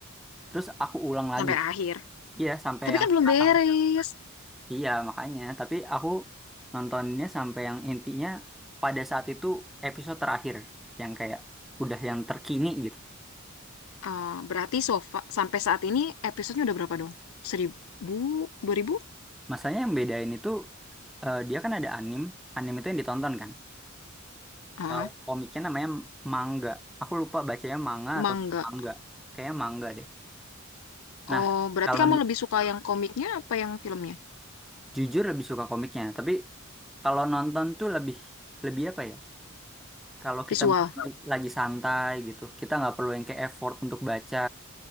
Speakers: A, in the centre; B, on the left (about 80°).
A: terus aku ulang lagi
B: sampai akhir.
A: iya sampai
B: Tapi
A: yang
B: kan belum
A: sekarang.
B: beres.
A: Iya, makanya. Tapi aku nontonnya sampai yang intinya pada saat itu episode terakhir yang kayak udah yang terkini gitu.
B: Ah, berarti sofa sampai saat ini episodenya udah berapa dong? Seribu, dua ribu?
A: Masalahnya yang bedain itu eh, dia kan ada anim, anim itu yang ditonton kan.
B: Ah,
A: Kalau komiknya namanya manga. Aku lupa bacanya manga atau
B: mangga.
A: mangga. Kayaknya mangga deh. Nah,
B: Oh, berarti
A: kalau
B: kamu
A: di-
B: lebih suka yang komiknya apa yang filmnya?
A: jujur lebih suka komiknya, tapi kalau nonton tuh lebih lebih apa ya? Kalau
B: Visual.
A: kita misalnya lagi santai gitu, kita nggak perlu yang kayak effort untuk baca